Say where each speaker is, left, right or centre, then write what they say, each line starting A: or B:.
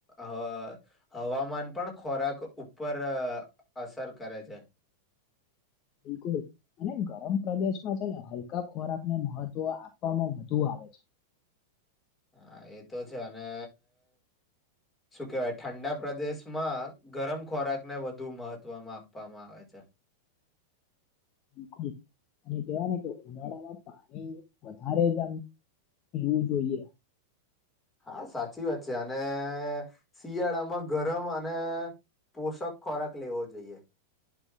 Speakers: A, on the left; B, on the left.
A: હ હવામાન પણ ખ ખોરાક ઉપર અસર કરે છે,
B: બિલકુલ અને ગરમ પ્રદેશમાં છે, ને હલકા ખોરાકને મહત્વ આપવામાં વધુ આ વે છે
A: હા એતો છે અને શું કેવાય ઠંડા પ્રદેશમાં ગરમ ખોરાકને વધુ મહત્વમાં આપવામાં આવે છે
B: હ બિલકુલ અને કેવાય ને કે ઉનાળામાં પાણી વધારે જ આમ પીવું જોઈએ
A: હા સાચી વાત છે. અને શિયાળામાં ગરમ અને પોષક ખોરાક લેવો જોઈએ